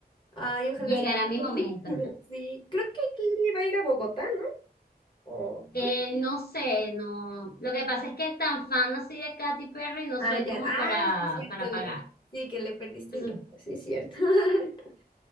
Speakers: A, on the left; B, on the left.
A: ay, ojalá
B: llegará
A: sí. tenga
B: mi
A: la
B: momento.
A: oportunidad. <laughs> Sí, creo que Kiri va a ir a Bogotá, ¿no? O
B: Eh,
A: creo que...
B: no sé, no, lo que pasa es que tan fan así de Katy Perry no
A: Ah,
B: soy
A: ya.
B: como
A: Ah,
B: para,
A: sí, es cierto.
B: para
A: le-
B: pagar.
A: Sí, que le perdiste
B: Pues,
A: el rato. Sí, es cierto. <laughs>